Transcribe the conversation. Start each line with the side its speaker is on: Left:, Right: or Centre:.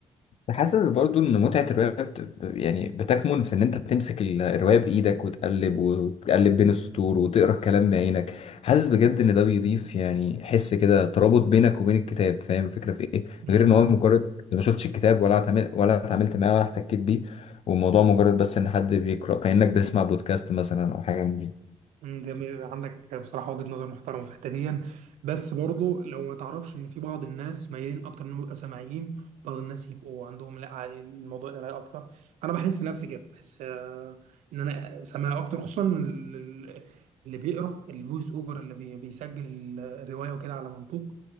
Left: حاسس برضو ان متعة الرواية بت... ب- يعني بتكمن في ان انت تمسك ال- الرواية بايدك وتقلب وتقلب بين السطور وتقرا الكلام بعينك حاسس بجد ان ده بيضيف يعني حس كده ترابط بينك وبين الكتاب فاهم الفكرة في ايه
Right: امم
Left: غير ان
Right: فاهم
Left: هو مجرد أنت ما شفتش الكتاب ولا اتعامل... ولا اتعاملت معاه ولا احتكيت بيه والموضوع مجرد بس ان حد بيقرا كأنك بتسمع بودكاست مثلا او حاجة من دي
Right: مم، جميل عندك بصراحة وجهة نظر محترمة في الحتة دي بس برضو لو ما تعرفش ان في بعض الناس مايلين اكتر انهم يبقوا سامعين بعض الناس يبقوا عندهم لا عادي الموضوع القراية اكتر فانا بحس نفسي كده بحس آه، ان انا سامع اكتر خصوصا ال- ال- اللي بيقرا الفويس اوفر اللي بي- بيسجل الرواية وكده على منطوق